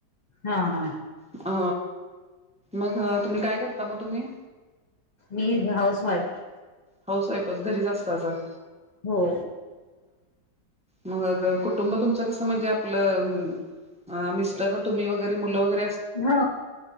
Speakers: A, on the left; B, in the centre.
A: हा हा
B: <inaudible> अ मग तुम्ही काय करता मग तुम्ही,
A: मी हाऊस वाईफ.
B: हाऊस वाईफच घरीच असत असे
A: हो
B: मग कुुठ म्ह तुमचे कसं आपलं मिस्टर तुम्ही वैगैरे मुल वैगैरे,
A: हो